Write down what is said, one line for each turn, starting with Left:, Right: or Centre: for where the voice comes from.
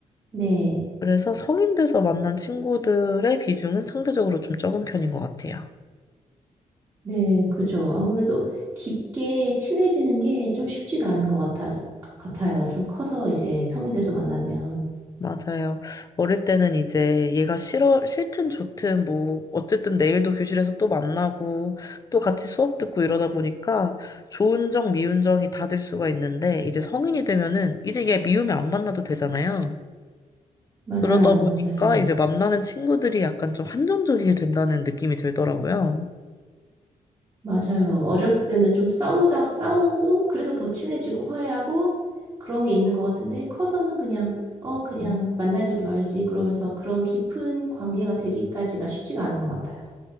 Right: 네,
Left: 그래서 성인 돼서 만난 친구들의 비중은 상대적으로 좀 적은 편인 것 같아요.
Right: 네, 그죠. 아무래도 깊게 친해지는 게 좀 쉽지가 않은 것 같아서, 같아요. 좀 커서 이제 성인 돼서 만나면.
Left: 맞아요. 어릴 때는 이제 얘가 싫어, 싫든 좋든 뭐, 어쨌든 내일도 교실에서 또 만나고, 또 같이 수업 듣고 이러다 보니까 좋은 정, 미운 정이 다 들 수가 있는데, 이제 성인이 되면은, 이제 얘 미우면 안 만나도 되잖아요.
Right: 맞아요,
Left: 그러다 보니까
Right: 맞아요.
Left: 이제 만나는 친구들이 약간 좀 한정적이게 된다는 느낌이 들더라고요.
Right: 맞아요. 어렸을 때는 좀 싸우다 싸우고 그래서 더 친해지고 화해하고 그런 게 있는 것 같은데 커서는 그냥 어 그냥
Left: 음,
Right: 만나지 말지 그러면서 그런 깊은 관계가 되기까지가 쉽지가 않은 것 같아요.